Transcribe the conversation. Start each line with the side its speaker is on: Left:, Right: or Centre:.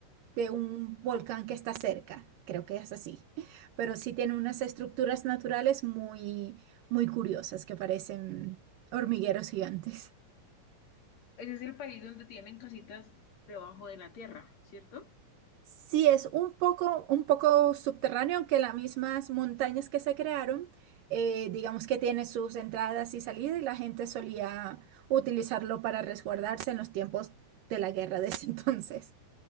Right: de un volcán que está cerca, creo que es así, pero sí tiene unas estructuras naturales muy, muy curiosas que parecen hormigueros gigantes.
Left: ese es el país donde tienen casitas debajo de la tierra, ¿cierto?
Right: Sí, es un poco, un poco subterráneo, aunque las mismas montañas que se crearon, eh, digamos que tiene sus entradas y salidas y la gente solía utilizarlo para resguardarse en los tiempos de la guerra de ese <laughs> entonces.